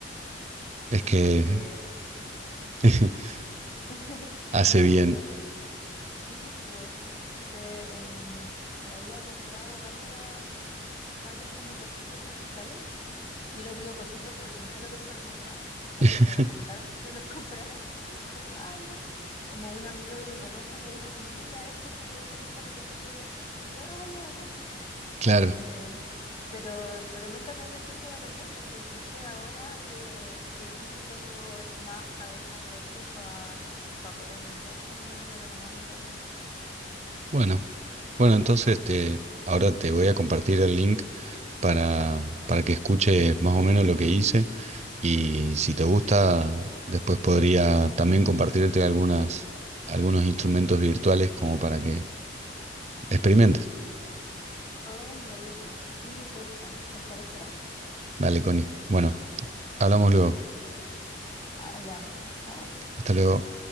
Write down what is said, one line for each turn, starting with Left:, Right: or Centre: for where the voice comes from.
Right: Es que
Left: porque,
Right: <laughs>
Left: <laughs>
Right: hace
Left: no,
Right: bien.
Left: que eh, sí, pues, que en- me había comprado varias, varias como cositos musicales. Yo les digo cositos porque no sé lo que son en verdad, como
Right: <laughs>
Left: que me recomendaron que los <laughs> comprara y dije como, ay, ya". Como un amigo que me conoce me dijo como, mira, estos te pueden servir para lo que tú querías hacer. Y yo, ay, ya, bacán".
Right: Claro,
Left: Eh, pero, pero nunca me di el tiempo de aprenderlos, pues entonces ahora que, que sí tengo más cabeza fuerte para poder aprender, tengo ganas de retomarlo de todas maneras.
Right: bueno, bueno, entonces te, ahora te voy a compartir el link para, para que escuches más o menos lo que hice y si te gusta, después podría también compartirte algunas, algunos instrumentos virtuales como para que experimentes.
Left: Oh, maravilloso. Sí, porfa, te estaré esperando.
Right: Dale, Connie. Bueno, hablamos luego.
Left: Hablamos, chao.
Right: Hasta luego.